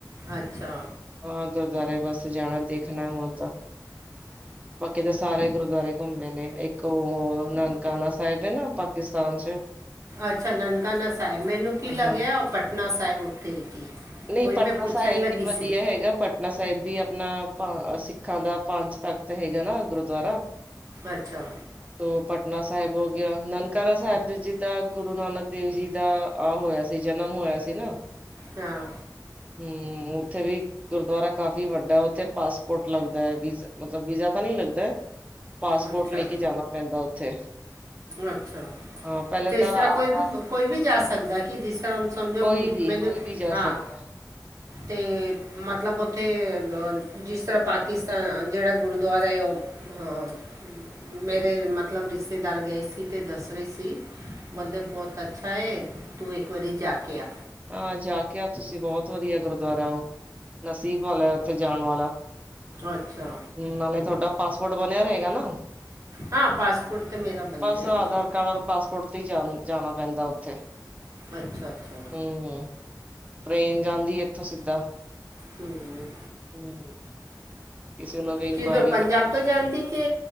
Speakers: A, on the right; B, on the right.
A: ਅੱਛਾ
B: ਹਾਂ ਗੁਰਦੁਆਰੇ ਬੱਸ ਜਾਣਾ ਦੇਖਣਾ ਹੁਣ। ਬਾਕੀ ਤਾਂ ਸਾਰੇ ਗੁਰਦੁਆਰੇ ਘੁੰਮੇ ਨੇ ਇੱਕ ਉਹ ਨਾਨਕ ਨਨਕਾਣਾ ਸਾਹਿਬ ਹੈ ਨਾ ਪਾਕਿਸਤਾਨ ਚ।
A: ਅੱਛਾ ਨਨਕਾਣਾ ਸਾਹਿਬ ਮੈਨੂੰ ਕੀ ਲੱਗਿਆ
B: ਹਾਂ
A: ਪਟਨਾ ਸਾਹਿਬ ਉੱਥੇ ਕੀ।
B: ਨਹੀਂ
A: ਉਹੀ
B: ਪਟਨਾ
A: ਮੈਂ ਪੁੱਛਣ
B: ਸਾਹਿਬ
A: ਲੱਗੀ
B: ਵੀ ਵਧੀਆ
A: ਸੀ
B: ਹੈਗਾ। ਪਟਨਾ ਸਾਹਿਬ ਵੀ ਆਪਣਾ ਸਿੱਖਾਂ ਦਾ ਪੰਜ ਤਖ਼ਤ ਹੈਗਾ ਨਾ ਗੁਰਦੁਆਰਾ।
A: ਅੱਛਾ
B: ਤੋ ਪਟਨਾ ਸਾਹਿਬ ਹੋ ਗਿਆ ਨਨਕਾਰਾ ਸਾਹਿਬ ਜਿੱਦਾਂ ਗੁਰੂ ਨਾਨਕ ਦੇਵ ਜੀ ਦਾ ਆਹ ਹੋਇਆ ਸੀ ਜਨਮ ਹੋਇਆ ਸੀ ਨਾ।
A: ਹਾਂ
B: ਹੂੰ ਉੱਥੇ ਵੀ ਗੁਰਦੁਆਰਾ ਕਾਫੀ ਵੱਡਾ ਉੱਥੇ ਪਾਸਪੋਰਟ ਲੱਗਦਾ ਏ ਮਤਲਬ ਵੀਜ਼ਾ ਤਾਂ ਨੀ ਲੱਗਦਾ। ਪਾਸਪੋਰਟ
A: ਅੱਛਾ
B: ਲੈ ਕੇ ਜਾਣਾ ਪੈਂਦਾ ਉੱਥੇ।
A: ਅੱਛਾ,
B: ਹਾਂ ਪਹਿਲੇ
A: ਤੇ
B: ਤਾਂ
A: ਇਸ ਤਰ੍ਹਾਂ ਕੋਈ
B: ਆਧਾਰ
A: ਵੀ ਕੋਈ ਵੀ ਜਾ ਸਕਦਾ? ਕਿ ਜਿਸ ਤਰ੍ਹਾਂ ਸਮਝੋ
B: ਕੋਈ ਵੀ
A: ਮੈਨੂੰ
B: ਕੋਈ ਵੀ ਜਾ
A: ਹਾਂ
B: ਸਕਦਾ
A: ਤੇ ਮਤਲਬ ਉੱਥੇ ਜਿਸ ਤਰ੍ਹਾਂ ਪਾਕਿਸਤਾਨ ਜਿਹੜਾ ਗੁਰਦੁਆਰਾ ਹੈ ਉਹ ਹਾਂ, ਮੇਰੇ ਮਤਲਬ ਰਿਸ਼ਤੇ ਦਾਰਾ ਦੇ ਆਏ ਸੀ ਅਤੇ ਦੱਸ ਰਹੇ ਸੀ, ਬੋਲਦੇ ਬਹੁਤ ਅੱਛਾ ਏ ਤੂੰ ਇੱਕ ਵਾਰੀ ਜਾ ਕੇ ਆ।
B: ਹਾਂ ਜਾ ਕੇ ਆਓ ਤੁਸੀਂ ਬਹੁਤ ਵਧੀਆ ਗੁਰਦੁਆਰਾ ਉਹ। ਨਸੀਬ ਵਾਲਾ ਏ ਉੱਥੇ ਜਾਣ ਵਾਲਾ।
A: ਅੱਛਾ
B: ਨਾਲੇ ਤੁਹਾਡਾ ਪਾਸਪੋਰਟ ਬਣਿਆ ਰਹੇਗਾ ਨਾ।
A: ਹਾਂ ਪਾਸਪੋਰਟ ਤੇ ਮੇਰਾ ਬਣ
B: ਬਸ
A: ਗਿਆ
B: ਆਧਾਰ ਕਾਰਡ ਔਰ ਪਾਸਪੋਰਟ ਤੇ ਹੀ ਜਾ ਜਾਣਾ ਪੈਂਦਾ ਉੱਥੇ।
A: ਅੱਛਾ-ਅੱਛਾ
B: ਹੂੰ, ਟਰੇਨ ਜਾਂਦੀ ਹੈ ਇੱਥੋਂ ਸਿੱਧਾ।
A: ਹੂੰ
B: ਹੂੰ ਕਿਸੇ ਨੂੰ ਵੀ ਇਨਕੁਆਇਰੀ
A: ਕਿਧਰੋ ਪੰਜਾਬ ਤੋਂ ਜਾਂਦੀ ਕਿ